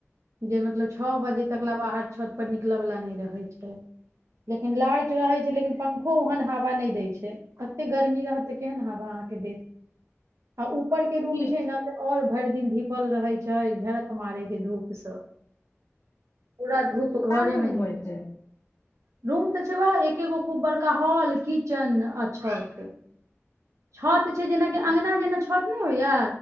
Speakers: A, on the right (about 85°); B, on the left (about 75°).
A: जे मतलब छओ बजे तक ले बाहर छ पर निकलय वालला नहि रहै छै लेकिन लाइट रहै छै लेकिन पंखो ओहन हवा नहि दै छै कते गर्मी रहत केहन हवा अहाँके देत आ उपर के रूम
B: की
A: छै ने ओर भरि दिन धीपल रहै छै झरक मारै छै धूप स पूरा धूप घरे
B: एगो
A: मे
B: रूम
A: जाइ
B: अइ
A: छै
B: से
A: रूम तऽ छै ओएह एकेगो खूब बड़का हॉल किचन छत छत छै जेनाकि अङगना जेना छत नहि होइया